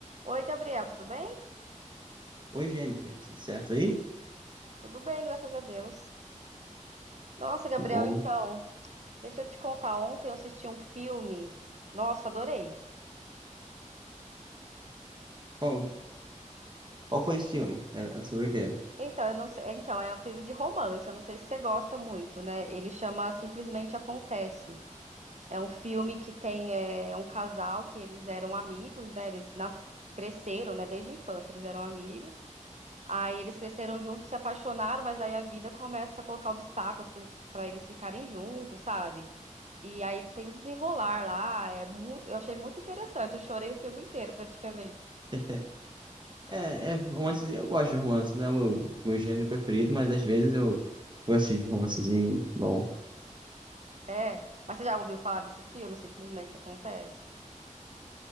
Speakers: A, on the right (about 60°); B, on the right (about 35°).
A: Oi, Gabriel, tudo bem?
B: Oi, Jennifer, tudo certo aí?
A: Tudo bem, graças a Deus. Nossa, Gabriel,
B: Que bom.
A: então, deixa eu te contar. Ontem eu assisti um filme. Nossa, adorei.
B: Qual, qual foi esse filme? Era era sobre o quê?
A: Então, eu não sei, então, é um filme de romance, eu não sei se você gosta muito, né? Ele chama Simplesmente Acontece. É um filme que tem é, um casal que eles eram amigos, né? Eles nas... cresceram, né? Desde a infância eles eram amigos. Aí eles cresceram juntos, se apaixonaram, mas aí a vida começa a colocar obstáculos para eles pra eles ficarem juntos, sabe? E aí tem o desenrolar lá, é muito, eu achei muito interessante, eu chorei o filme inteiro praticamente.
B: <laughs> É, é romance, eu gosto de romance, não é meu, meu gênero preferido, mas às vezes eu gosto de romancezinho bom.
A: É, mas você já ouviu falar desse filme? Simplesmente acontece.